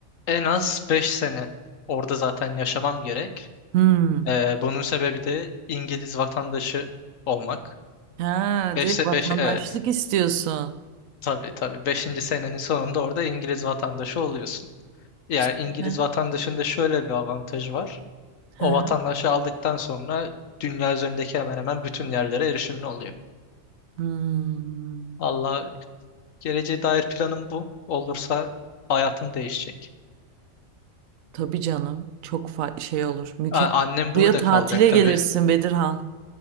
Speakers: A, on the left (about 80°); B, on the right (about 90°).
A: En az 5 sene orada zaten yaşamam gerek.
B: Hmm.
A: Ee, bunun sebebi de İngiliz vatandaşı olmak.
B: Ha
A: 5,
B: direkt
A: 5,
B: vatandaşlık
A: evet.
B: istiyorsun.
A: Tabii tabii. Beşinci senenin sonunda orada İngiliz vatandaşı oluyorsun. Yani
B: Süper.
A: İngiliz vatandaşında şöyle bir avantajı var. O
B: <laughs>
A: vatandaşı aldıktan sonra dünya üzerindeki hemen hemen bütün yerlere erişimli oluyor.
B: Hmm,
A: Allah geleceğe dair planım bu. Olursa hayatım değişecek.
B: tabii canım. Çok fa- şey olur. Mükemmel.
A: A- Annem
B: Buraya
A: burada
B: tatile
A: kalacak tabii.
B: gelirsin Bedirhan.